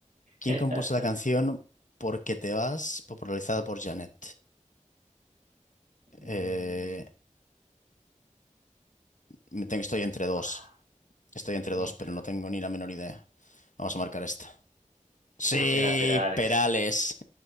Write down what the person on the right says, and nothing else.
<laughs>
Mm,
ah,
también,
pero.
Uf, era Perales.